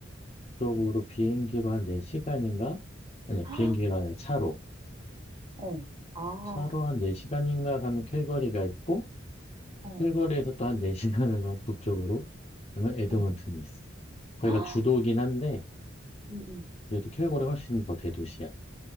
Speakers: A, on the left; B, on the right.
A: 쪽으로 비행기로 한 4시간인가? 아니야
B: 아,
A: 비행기가 아니라 차로
B: 어, 아, 어,
A: 차로 한 4시간인가 가면 캘거리가 있고
B: 어,
A: 캘거리에서 또 한 4시간을 <laughs> 가 북쪽으로 그러면 에드먼튼이
B: 어. <gasps>
A: 있어. 거기가
B: 아,
A: 주도긴 한데
B: 음, 음.
A: 그래도 캘거리 훨씬 더 대도시야.